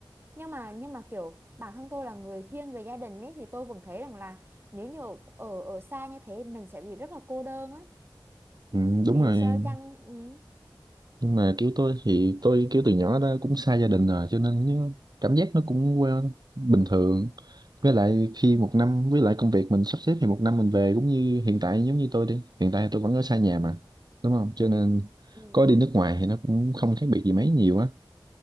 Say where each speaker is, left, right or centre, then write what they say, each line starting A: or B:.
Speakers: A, on the right; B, on the right.
A: nhưng mà nhưng mà kiểu bản thân tôi là người thiên về gia đình ấy thì tôi vẫn thấy rằng là nếu như ở ở ở xa như thế mình sẽ bị rất là cô đơn á
B: ừ, đúng
A: vì dù
B: rồi
A: sao chăng ừ,
B: nhưng mà kiểu tôi thì tôi kiểu từ nhỏ đó cũng xa gia đình rồi cho nên nhớ- cảm giác nó cũng quen bình thường với lại khi một năm với lại công việc mình sắp xếp thì một năm mình về cũng như hiện tại giống như tôi đi hiện tại tôi vẫn ở xa nhà mà đúng không cho nên
A: ừ,
B: có đi nước ngoài thì nó cũng không khác biệt gì mấy nhiều á